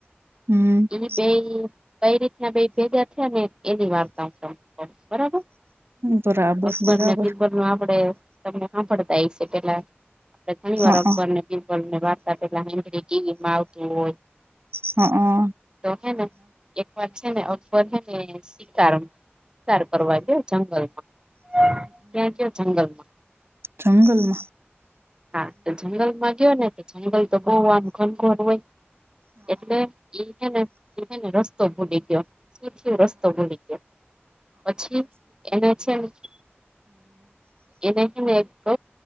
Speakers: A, on the right; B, on the right.
A: હમ
B: ઈ બેય- કઈ રીતના બેય ભેગા થ્યાને એની વાર્તા <inaudible> બરાબર-
A: બરાબર
B: અકબર
A: બરાબર
B: ને બિરબલ નું આપડે તમને સાંભળતા હશે પેલા- ઘણી વાર
A: હા
B: અકબર
A: હ
B: ને બિરબલ ને વાર્તા પેલા <inaudible> ટીવી માં આવતું હોય-
A: હ હ
B: તો હે ને એક વાર છે ને અકબર હે ને <inaudible> શિકાર કરવા ગ્યો જંગલ માં ક્યાં ગ્યો જંગલ માં-
A: જંગલમાં
B: હા તો જંગલ માં ગ્યો ને જંગલ તો બોવ આમ ઘનઘોર હોય? એટલે ઈ હેને ઈ હેને રસ્તો ભૂલી ગ્યો શું થ્યું રસ્તો ભૂલી ગ્યો- પછી એને છેને- એને હેને એક કવ